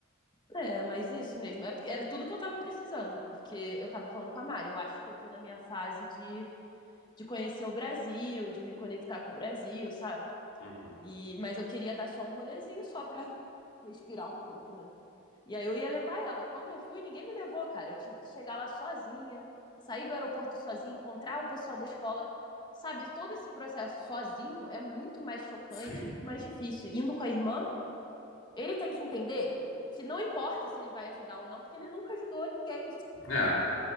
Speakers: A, on the left; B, on the left.
A: É, mas isso mesmo. É porque era tudo que eu tava precisando, porque eu tava falando com a Mari. Eu acho que eu tô na minha fase de, de conhecer o Brasil, de me conectar com o Brasil, sabe?
B: Uhum.
A: E, mas eu queria dar só um rolezinho só pra <laughs> respirar um pouco, né? E aí eu ia levar ela. Quando eu fui, ninguém me levou, cara. Eu tive que chegar lá sozinha, sair do aeroporto sozinha, encontrar o pessoal da escola. Sabe, todo esse processo sozinho é muito mais chocante,
B: Sim.
A: muito mais difícil. Indo com a irmã, ele tem que entender que não importa se ele vai ajudar ou não, porque ele nunca ajudou ninguém de
B: É,